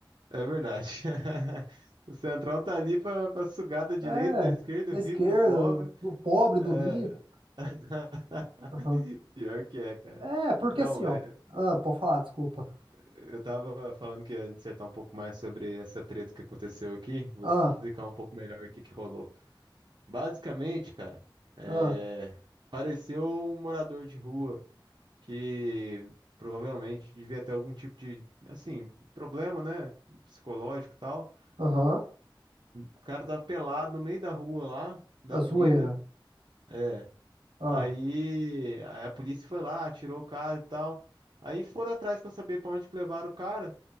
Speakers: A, on the right; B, on the right.
A: É verdade. <laughs> O Centrão tá ali pra, pra sugar da direita,
B: É,
A: da esquerda,
B: da
A: do
B: esquerda,
A: rico, do pobre.
B: do pobre,
A: É.
B: do rico.
A: <laughs>
B: Aham.
A: Pior que é, cara.
B: É, porque
A: Então,
B: assim, ó.
A: é,
B: Ah, pode falar, desculpa.
A: eu tava falando que ia dissertar um pouco mais sobre essa treta que aconteceu aqui. Vou
B: Ah,
A: explicar um pouco melhor o que que rolou. Basicamente, cara, é,
B: ah,
A: apareceu um morador de rua que provavelmente devia ter algum tipo de, assim, problema, né, psicológico e tal.
B: aham.
A: O cara tava pelado no meio da rua lá, da
B: A
A: avenida.
B: zoeira.
A: É.
B: Ah.
A: Aí, aí a polícia foi lá, tirou o cara e tal. Aí foram atrás pra saber pra onde que levaram o cara.